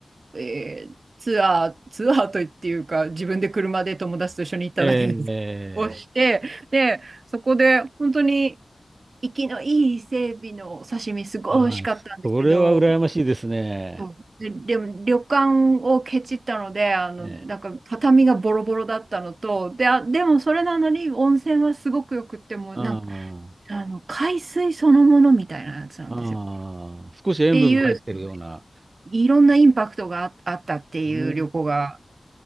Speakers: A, on the right (about 70°); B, on the right (about 50°).
A: えーツアー、ツアーといっていうか、自分で車で友達と一緒に行っただけです。
B: ええ、
A: をして、
B: ええ
A: で、そこで、本当に、生きのいい伊勢エビの刺身、すごい美味しかったんですけど、
B: ああ、それは羨ましいですね。
A: そうで、でも旅館をケチったので、あの、
B: ええ、
A: なんか畳がボロボロだったのと、で、あ、でもそれなのに温泉はすごくよくって、もうなんか、
B: あ
A: あの、海水そのものみたいなやつなんですよ。
B: あ、ああ、
A: っ
B: 少し塩分が入ってるような。
A: ていう、いろんなインパクトがあ、あったっていう旅行が、
B: うん、